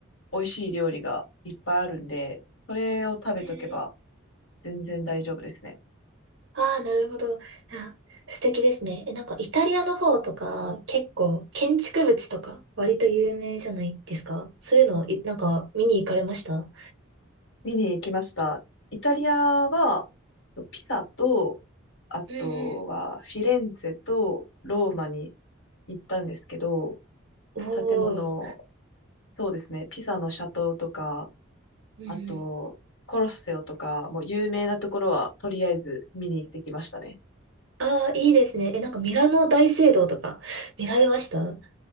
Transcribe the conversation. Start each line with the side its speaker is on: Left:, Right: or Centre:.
Left: 美味しい料理がいっぱいあるんで、それを食べとけば
Right: うん
Left: 全然大丈夫ですね。
Right: ああ、なるほど。あ、素敵ですね。え、なんかイタリアの方とか結構建築物とか割と有名じゃないですかそういうのをい、なんか見に行かれました
Left: 見に行きました。イタリアは、ピサと、あとはフィレンツェとローマに
Right: うん
Left: 行ったんですけど、
Right: うん。おー。
Left: 建物、そうですね、ピサの斜塔とか、
Right: うんうん。
Left: あと、コロッセオとか、もう有名なところはとりあえず見に行ってきましたね。
Right: ああ、いいですね。え、なんかミラノ大聖堂とか見られましたあ